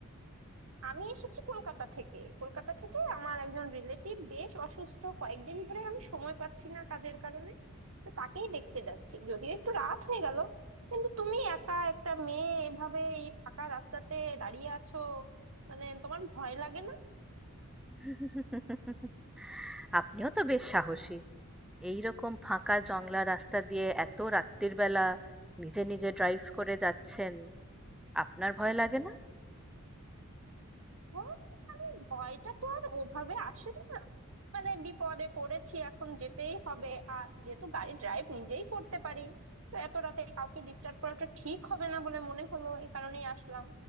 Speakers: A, on the right; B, in the centre.
A: আমি এসেছি কলকাতা থেকে কলকাতা থেকে আমার একজন রিলেটিভ বেশ অসুস্থ কয়েকদিন ধরে আমি সময় পাচ্ছি না কাজের কারণে তো তাকেই দেখতে যাচ্ছি যদিও একটু রাত হয়ে গেল কিন্তু তুমি একা একটা মেয়ে এভাবে এই ফাঁকা রাস্তাতে দাঁড়িয়ে আছো মানে তোমার ভয় লাগে না
B: <laughs> আপনিও তো বেশ সাহসী। এইরকম ফাঁকা জংলা রাস্তা দিয়ে এত রাত্তির বেলা নিজে, নিজে ড্রাইভ করে যাচ্ছেন। আপনার ভয় লাগে না?
A: ভয় মানে ভয়টা তো আর ওভাবে আসে না মানে বিপদে পড়েছি এখন যেতেই হবে আর যেহেতু গাড়ি ড্রাইভ নিজেই করতে পারি তো এত রাতে কাউকে ডিস্টার্ব করাটা ঠিক হবে না বলে মনে হলো এই কারণেই আসলাম